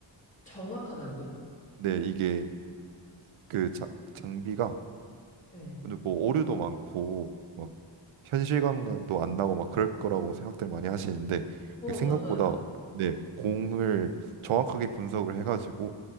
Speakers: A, on the left; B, on the right.
A: 정확하다고요?
B: 근데 이게 그 자- 장비가
A: 네.
B: 근데 뭐 오류도 많고 막 현실감도 안 나고 막 그럴 거라고 생각들 많이 하시는데
A: 어,
B: 이게 생각보다
A: 맞아요.
B: 네 공을 정확하게 분석을 해가지고